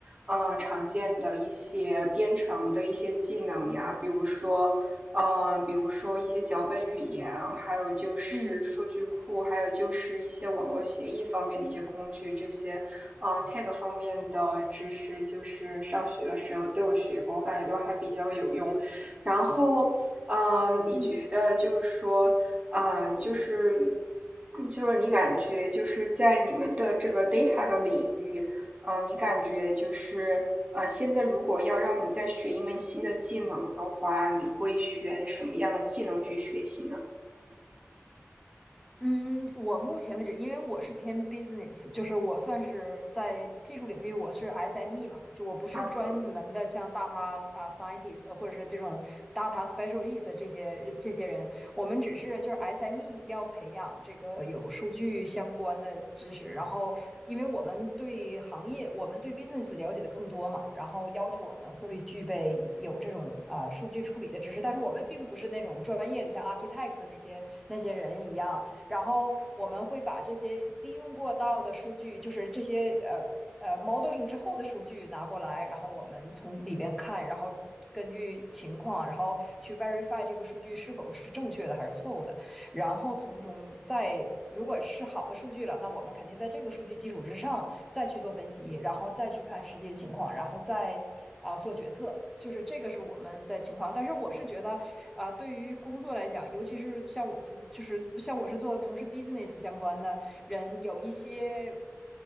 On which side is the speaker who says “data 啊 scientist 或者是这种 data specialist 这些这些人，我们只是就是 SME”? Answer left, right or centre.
Centre